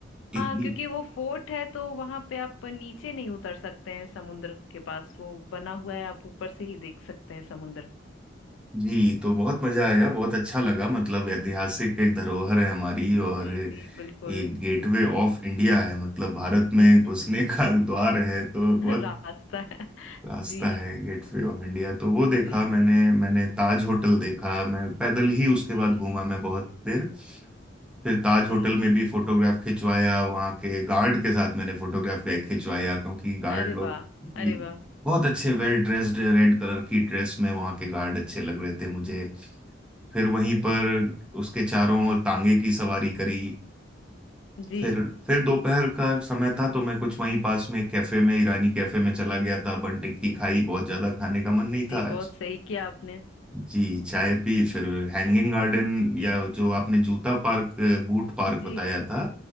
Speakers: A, in the centre; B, on the left.
A: इतनी
B: हाँ क्योंकि वो फोर्ट है तो वहां पे आप नीचे नहीं उतर सकते हैं समुद्र के पास वो बना हुआ है आप ऊपर से ही देख सकते हैं समुद्र
A: जी तो बहुत मजा आया बहुत अच्छा लगा मतलब ऐतिहासिक
B: जी
A: एक धरोहर है हमारी और
B: जी जी बिल्कुल
A: ये गेटवे ऑफ इंडिया है मतलब भारत में
B: <laughs>
A: घुसने <laughs> का द्वार है तो बहुत
B: रास्ता है
A: रास्ता
B: जी
A: है गेटवे ऑफ इंडिया तो वो देखा
B: जी
A: मैंने
B: जी
A: मैंने ताज होटल देखा मैं पैदल ही उसके
B: जी
A: बाद घूमा मैं बहुत देर फिर ताज
B: जी
A: होटल में भी फोटोग्राफ खिंचवाया वहाँ के गार्ड के साथ मैंने फोटोग्राफ खिंचवाया क्योंकि गार्ड
B: अरे
A: लोग
B: वाह
A: जी
B: अरे वाह
A: बहुत अच्छे वेल ड्रेस्ड रेड कलर की ड्रेस में वहाँ के गार्ड अच्छे लग रहे थे मुझे फिर वहीं पर उसके चारों ओर तांगे की सवारी करी
B: जी
A: फिर फिर दोपहर का समय था तो मैं कुछ वहीं पास में एक कैफे में ईरानी कैफे में चला गया था बन टिक्की खाई बहुत ज्यादा खाने का मन नहीं
B: जी
A: था
B: बहुत
A: आज
B: सही किया आपने
A: जी चाय पी फिर हैंगिंग गार्डन या जो आपने जूता पार्क बूट पार्क
B: जी
A: बताया था